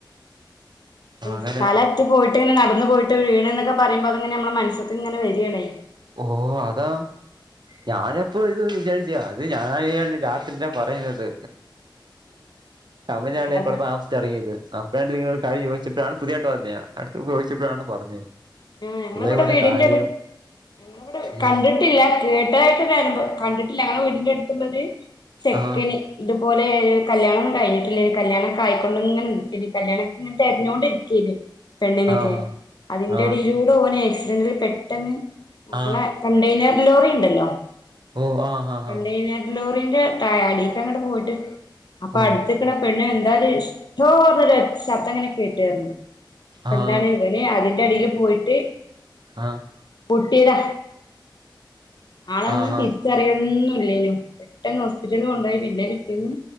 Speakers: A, on the right; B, on the left.
A: അങ്ങനെ
B: സ്ഥലത് പോയിട്ട് ഇങ്ങനെ നടന്ന് പോയിട്ട് വീണെന്നൊക്കെ പറയുമ്പോ അതങ്ങനെ മ്മടെ മനസ്സീക്കിങ്ങനെ വരികാണ്
A: ഓഹ് അതാ ഞാനപ്പോ ഇത് വിചാരിച്ച് അത് ഞാൻ അത് രാത്രിലാ പറയുന്നത് അപ്പം
B: എന്താത്
A: ഞാനല്ലേ കൊഴപ്പം ത്തെറങ്ങിയത് അപ്പഴാണ്ട് ഇങ്ങനെ ഒരു കാര്യം ചോയിച്ചപ്പോഴാണ് പുതിയായിട്ട് പറഞ്ഞയ അടുത്തെ ചോയിച്ചപ്പോഴാണ് പറഞ്ഞത്
B: ആഹ് ഞങ്ങളവിടെ
A: ഇതേപോലെ
B: വീടിന്റടു
A: കാര്യം
B: ഞങ്ങളിവിടെ
A: ഉം
B: കണ്ടിട്ടില്ല കേട്ടതായിട്ട് ഒരനുഭവം കണ്ടിട്ടില്ല ഞങ്ങടെ വീടിന്റെ അടുത്തുള്ളവര് ചെക്കന്
A: ആഹ്
B: ഇതുപോലെ കല്യാണൊന്നും കഴിഞ്ഞിട്ടില്ല കല്യാണൊക്കെ ആയിക്കൊണ്ട് ഇങ്ങനെ നില്ക്കിണ് കല്യാണം ഇങ്ങനെ തെരഞ്ഞോണ്ട് ഇരി ക്കണ് പെണ്ണിനൊക്കെ
A: ആഹ്
B: അതിന്റൊരു
A: ആഹ്
B: ഇടയിലൂടെ ഓന് ആക്സിഡന്റിൽ പെ ട്ടന്ന് നമ്മടെ
A: ആഹ്
B: കണ്ടയ്നർ ലോറി ഉണ്ടല്ലോ
A: ഓ ആഹ് ആഹ്
B: കണ്ടയ്നർ ലോറീന്റെ ടയ അടീക്കങ്ങോട്ട് പോയിട്ട് അപ്പൊ
A: ആഹ് ഓ
B: അടുത്ത് ക്കണ പെണ്ണ് എന്താത് ഡ്ഡോ ന്നൊരു ശബ്ദം ഇങ്ങനെ കേട്ടീരുന്നു അപ്പൊ
A: ആഹ്
B: എന്താണ് അവന് അയിന്റടീല് പോയിട്ട്
A: ആഹ്
B: പൊട്ടിയതാ ആളങ്ങ്
A: ആഹ്
B: തിരി
A: ആഹ്
B: ച്ചറിയൊന്നുല്ലേനു പെട്ടെന്ന് ഹോസ്പിറ്റല് കൊണ്ടയ പിന്നെ കിട്ടീന്ന്